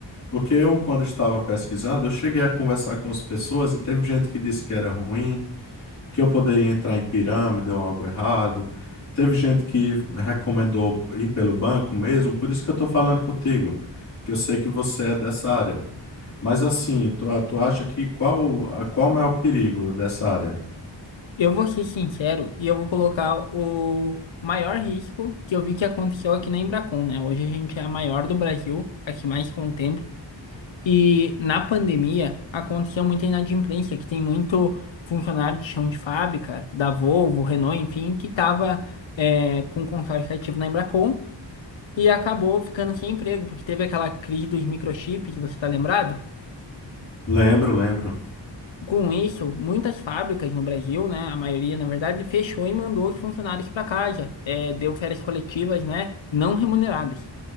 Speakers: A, on the left; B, on the left.
A: Porque eu, quando estava pesquisando, eu cheguei a conversar com as pessoas e teve gente que disse que era ruim, que eu poderia entrar em pirâmide ou algo errado. Teve gente que recomendou ir pelo banco mesmo, por isso que eu estou falando contigo, que eu sei que você é dessa área. Mas assim, tu, tu acha que qual, a- qual o maior perigo dessa área?
B: Eu vou ser sincero e eu vou colocar o maior risco que eu vi que aconteceu aqui na Embracon, né? Hoje a gente é a maior do Brasil, a que mais contém E na pandemia aconteceu muita inadimplência, que tem muito funcionário de chão de fábrica, da Volvo, Renault, enfim, que estava com consórcio ativo na Embracon e acabou ficando sem emprego, porque teve aquela crise dos microchips, você está lembrado?
A: Lembro, lembro.
B: Com isso, muitas fábricas no Brasil, né, a maioria na verdade, fechou e mandou os funcionários para casa, É, deu férias coletivas, né, não remuneradas.